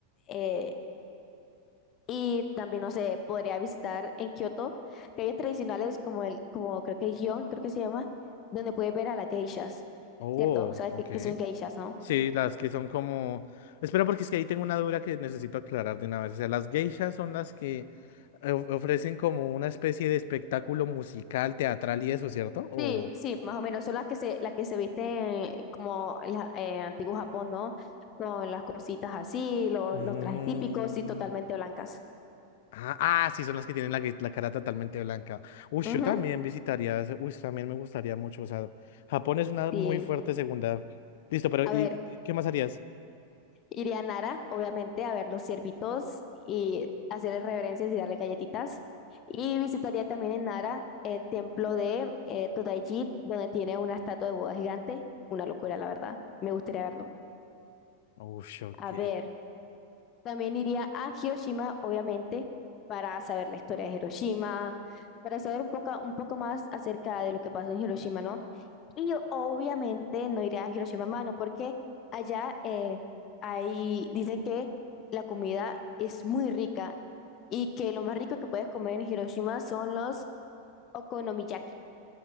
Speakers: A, on the left; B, on the left.
A: eh, y también, no sé, podría visitar en Kioto calles tradicionales como el, como creo que el Gion, creo que se llama, donde puedes ver a las geishas,
B: Oh,
A: ¿cierto? O sea,
B: ok.
A: que, que son geishas, ¿no?
B: Sí, las que son como... Espera, porque es que ahí tengo una duda que necesito aclarar de una vez. O sea, las geishas son las que eh, of- ofrecen como una especie de espectáculo musical, teatral y eso, ¿cierto? O...
A: Sí, sí, más o menos son las que se, las que se visten como el ja- eh, antiguo Japón, ¿no? Con las cositas así, los,
B: Mm,
A: los trajes típicos y totalmente blancas.
B: Ah, ah, sí, son las que tienen la, ge- la cara totalmente blanca. Uy, yo
A: Ujú,
B: también visitaría... ese- Uy, también me gustaría mucho. O sea, Japón es una
A: sí.
B: muy fuerte segunda. Listo, pero
A: A
B: ¿y
A: ver,
B: y qué más harías?
A: iría a Nara, obviamente, a ver los ciervitos y hacerles reverencias y darle galletitas. Y visitaría también en Nara el templo de eh, Todaiji, donde tiene una estatua de Buda gigante. Una locura, la verdad. Me gustaría verlo.
B: Uy, ok.
A: A ver. También iría a Hiroshima, obviamente, para saber la historia de Hiroshima, para saber un poco, un poco más acerca de lo que pasó en Hiroshima, ¿no? Y yo obviamente no iré a Hiroshima a mano porque allá eh, hay, dicen que la comida es muy rica y que lo más rico que puedes comer en Hiroshima son los okonomiyaki.